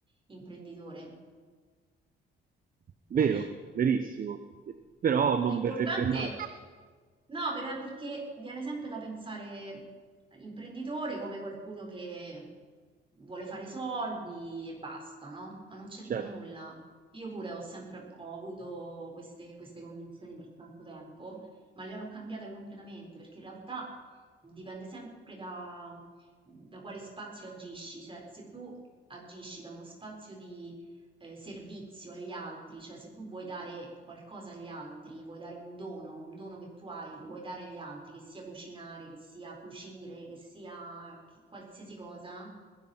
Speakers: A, on the right; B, on the right.
A: imprenditore?
B: Vero,
A: Eh,
B: verissimo, Eh, però non
A: L'importante
B: verrebbe mai,
A: No, per- perché viene sempre da pensare all'imprenditore come qualcuno che vuole fare soldi e basta, no? Ma non c'entra
B: certo,
A: nulla. Io pure ho sempre ho avuto queste, queste convinzioni per tanto tempo, ma le ho cambiate completamente perché in realtà dipende sempre da, da quale spazio agisci. Cioè, se tu agisci da uno spazio di eh, servizio agli altri, cioè se tu vuoi dare qualcosa agli altri, vuoi dare un dono, un dono che tu hai, lo vuoi dare agli altri, che sia cucinare, che sia cucire, che sia che- qualsiasi cosa,